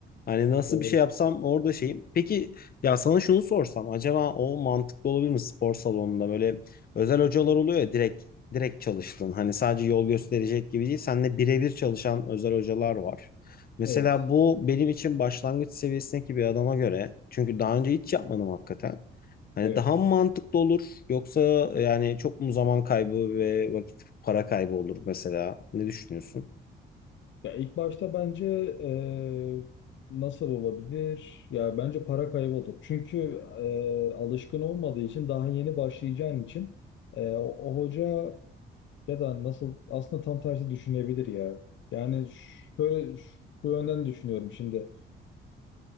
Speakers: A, on the left; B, on the left.
A: Hani nasıl
B: doğru.
A: bir şey yapsam orada şeyim. Peki ya sana şunu sorsam acaba o mantıklı olabilir mi spor salonunda böyle özel hocalar oluyor ya direkt direkt çalıştın. Hani sadece yol gösterecek gibi değil. Seninle birebir çalışan özel hocalar var. Mesela
B: Evet.
A: bu benim için başlangıç seviyesindeki bir adama göre çünkü daha önce hiç yapmadım hakikaten. Hani
B: Evet.
A: daha mı mantıklı olur yoksa yani çok mu zaman kaybı ve vakit para kaybı olur mesela? Ne düşünüyorsun?
B: Ya ilk başta bence eee, nasıl olabilir? Ya bence para kaybı olur. Çünkü eee, alışkın olmadığı için daha yeni başlayacağın için eee, o, o hoca ya da nasıl aslında tam tersi düşünebilir ya. Yani şöyle şu yönden düşünüyorum şimdi.